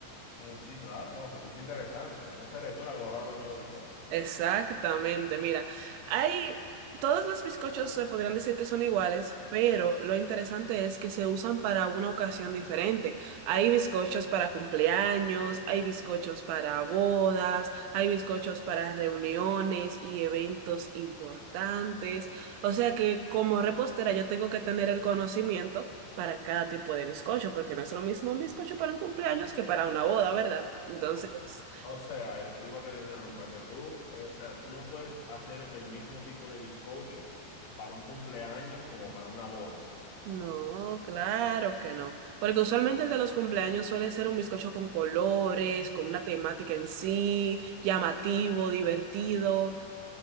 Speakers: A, on the left; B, on the right.
A: Mm, Sí, claro, wow, se escucha interesante. Entonces eres tú la que me vas a vender los bizcochos.
B: Exactamente, mira, hay todos los bizcochos se podrían decir que son iguales, pero lo interesante es que se usan para una ocasión diferente. Hay bizcochos para cumpleaños, hay bizcochos para bodas, hay bizcochos para reuniones y eventos importantes. O sea que como repostera yo tengo que tener el conocimiento para cada tipo de bizcocho, porque no es lo mismo un bizcocho para un cumpleaños que para una boda, ¿verdad? Entonces...
A: No sé. O sea, y disculpa que te interrumpa, que tú, eh, o sea, tú no puedes hacer el mismo tipo de bizcocho para un cumpleaños como para una boda.
B: No, claro que no. Porque usualmente el de los cumpleaños suele ser un bizcocho con colores, con una temática en sí, llamativo, divertido